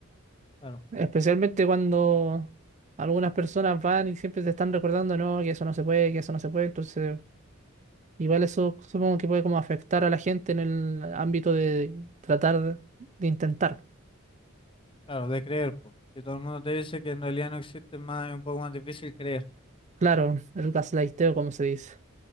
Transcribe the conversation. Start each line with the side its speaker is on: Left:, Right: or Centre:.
Left: Claro,
Right: Especialmente cuando algunas personas van y siempre te están recordando, no, que eso no se puede, que eso no se puede. Entonces, igual eso supongo que puede como afectar a la gente en el ámbito de tratar de intentar.
Left: claro, de creer, pues. Si todo el mundo te dice que en realidad no existe, es más, es un poco más difícil creer.
Right: Claro, el gaslighteo, como se dice.